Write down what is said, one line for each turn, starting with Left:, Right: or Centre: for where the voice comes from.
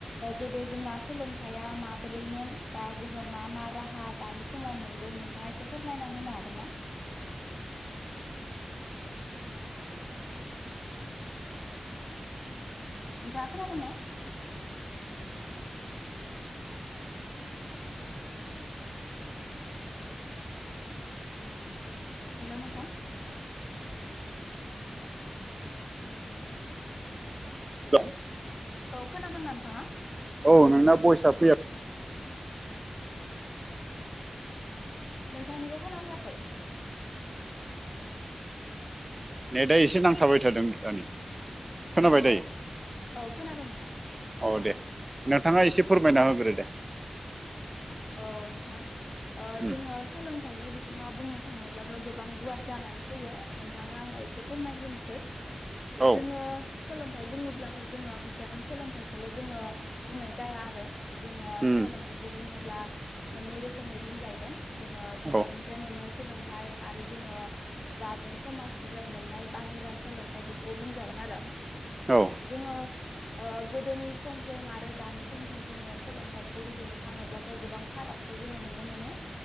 Left: गोदो जोंना सोलोंथाइया माबोरैमोन बा जोङो मा मा राहा दानि समाव मोन्दों नोंथाङा एसे फोरमायना होनो हागोन ना? नोंथाङा खोनादों ना? हेलौ नोंथां।
Right: दं।
Left: औ खोनादोंना नोंथाङा?
Right: औ नोंना बयसा फैयाखै
Left: नोंथांनिखौ खोना फैयाखै।
Right: ने दा एसे नांथाबाय थादों दानि। खोनाबाय
Left: औ
Right: दायो
Left: औ खोनाबाय नोंथां।
Right: औ दे नोंथाङा एसे फोरमायना होग्रो दे।
Left: औ नोंथां
Right: उम
Left: जोङो। सोलोंथाइनि बिथिङाव बुंनो थाङोब्लाथ' गोबां गुवार जानानै फैयो। नोंथांनो आङो एसे फोरमायग्रोनोसै
Right: औ
Left: जोङो। सोलोंथाइ बुङोब्लाथ' जोङो बिजाबनि सोलोंथाइ। खौल' जोङो बुंनाय जाया आरो जोङो
Right: उम
Left: सोलोंथाइखौ बुङोब्ला। मोननै रोखोमै बुंजाहैगोन जोङो बिजाबनिफ्राय
Right: औ
Left: मोननाय सोलोंथाइ आरो जोङो। जा जों समाजनिफ्राय मोननाय बाहेरा सोलोंथाइ बेखौ बुंजागोन आरो।
Right: औ।
Left: जोङो गोदोनि समजों आरो दानि समजों जोङो सोलोंथाइखौ रुजुनो थाङो। गोबां फाराजखौ जोङो नुनो मोनो